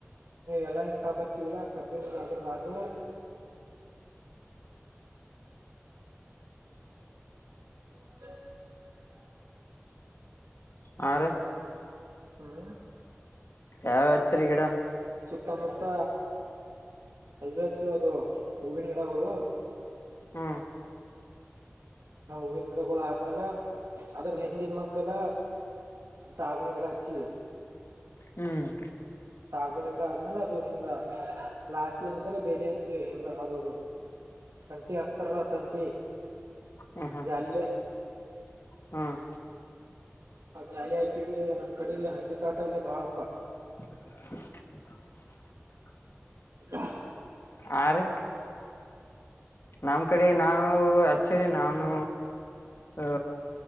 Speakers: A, on the right; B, on the left.
A: ಹಿಂಗ ಎಲ್ಲಾ ಹಿಂಗ ಕಬ್ಬ ಹಚ್ಚಿವಲ್ಲ ಕಬ್ಬಿ ಅದ್ರ ಬಾಜು. <inaudible>
B: ಹಾ ರಿ.
A: ಹ್ಮ್.
B: ಯಾವ್ಯಾವ ಹಚ್ಚಿರಿ ಗಿಡ.
A: ಸುತ್ತ ಮುತ್ತ ಅದ. ಹೂವಿನ ಗಿಡಗಳು.
B: ಹ್ಮ.
A: ಆ ಹೂವಿನ ಗಿಡಗಳು ಆದ್ಮೇಲೆ. ಅದ್ರ ಹಿಂದಿನ ಮಗ್ಗಲ. ಸಾಗವಾನಿ ಗಿಡ ಹಚ್ಚಿ.
B: ಹ್ಮ್.
A: ಸಾಗವಾನಿ ಗಿಡ ಆದ್ಮೇಲೆ ಅದು ಹಿಂಗ ಲಾಸ್ಟ್ ಏನ್ಕ್ರ ಬೇಲಿ ಹಚ್ಚಿ ಹಂಗ ಅದು ಕಂಟಿ ಹಾಕ್ತಾರಲ್ಲ ತಂತಿ.
B: ಹ್ಮ ಹ್ಮ
A: ಜಾಲಿಲೆ.
B: ಹ್ಮ್.
A: ಆ ಜಾಲಿ ಆಗ್ತೀವಿ ನಮ್ ಕಡೆ ಹಂದಿ ಕಾಟ ಎಲ್ಲ ಬಾಳ ಪಾ.
B: <inaudible>
A: ಹ.
B: ಆ ರಿ ನಮ್ ಕಡೆ ನಾವ್. ಆಕ್ಚುಲಿ ನಾವ ಅ